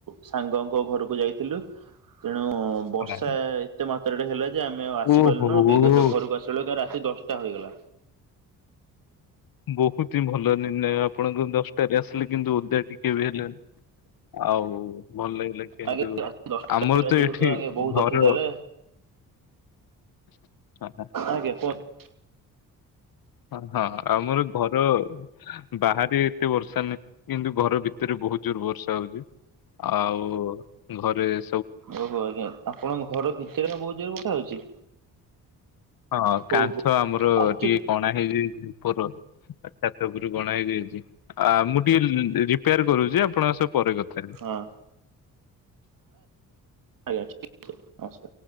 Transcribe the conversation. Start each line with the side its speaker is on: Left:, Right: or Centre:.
Right: ସାଙ୍ଗଙ୍କ ଘରକୁ ଯାଇଥିଲୁ ତେଣୁ ବର୍ଷା
Left: ହା।
Right: ଏତେ ମାତ୍ରାରେ ହେଲା ଯେ ଆମେଆଉ ଆସିପାରିଲୁନୁ
Left: ଓହୋ
Right: ବିଗତ ଘରକୁ ଆସିଲ ବେଳେକୁ ରାତି ଦଶଟା ହୋଇଗଲା।
Left: ବହୁତ ହିଁ ଭଲ ନିର୍ଣ୍ଣୟ ଆପଣଙ୍କ ଦଶଟାରେ ଆସିଲେ କିନ୍ତୁ ଓଦା ଟିକେ ବି ହେଲେନି। ଆଉ ଭଲ ଲାଗିଲା କିନ୍ତୁ
Right: ଆଜ୍ଞା ରାତି ଦଶଟା
Left: ଆମର
Right: ହେଲା
Left: ତ
Right: ଯେହେତୁ
Left: ଏଠି
Right: ଆଜ୍ଞା ବହୁତ
Left: ଘର
Right: ଅସୁବିଧା
Left: ହଁ।
Right: ହେଲା ଆଜ୍ଞା କୁହନ୍ତୁ।
Left: ହଁ ହଁ ଆଉ ମୋର ଘର ବାହାରେ ଏତେ ବର୍ଷା ନାହିଁ କିନ୍ତୁ ଘର ଭିତରେ ବହୁତ ଜୋର ବର୍ଷା ହଉଛି। ଆଉ ଘରେସ୍
Right: ଓହୋ ଆଜ୍ଞା ଆପଣଙ୍କ ଘର ଭିତରେ ବହୁତ ଜୋରରେ ବର୍ଷା ହଉଛି।
Left: ହଁ କାନ୍ଥ
Right: ଓହୋ
Left: ଆମର
Right: ଆଶ୍ଚର୍ଯ୍ୟ
Left: ଟିକେ କଣା ହେଇଯାଇଛି ଉପର ଆ ଛାତ ଉପରୁ ଗଣା ହେଇ ଯାଇଛି ଆ ମୁଁ ଟିକେ ରିପେୟାର କରୁଛି ଆପଣଙ୍କ ସହ ପରେ କଥା ହେବି।
Right: ହଁ। ଆଜ୍ଞା ଠିକ୍ ନମସ୍କାର।